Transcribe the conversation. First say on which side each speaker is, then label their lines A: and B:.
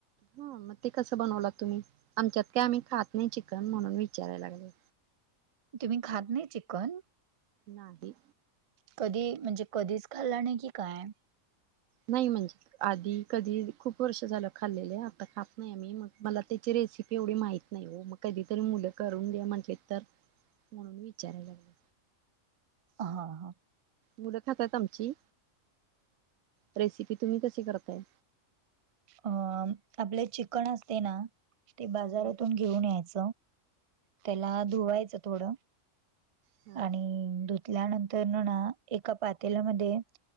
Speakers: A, on the right; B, on the right.
A: ह मग ते कसं बनवला तुम्ही? आमच्यात काय आम्ही खात नाही चिकन म्हणून विचारायला लागले.
B: तुम्ही खात नाही चिकन?
A: नाही.
B: कधी म्हणजे कधीच खाल्ला नाही की काय?
A: नाही म्हणजे आधी कधी खूप वर्ष झालं खाल्लेले आता खात नाही आम्ही मग मला त्याची रेसिपी एवढी माहिती नाही वो, मग कधीतरी मुलं करून दे म्हटले तर म्हणून विचारायला लागले.
B: हां हां.
A: मुलं खातात आमची, रेसिपी तुम्ही कशी करताय?
B: अ आपले चिकन असते ना ते बाजारातून
A: हम्म
B: घेऊन यायच त्याला धुवायचं थोड.
A: हम्म हा
B: आणि धुतल्यानंतर ना एका पातेलामध्ये.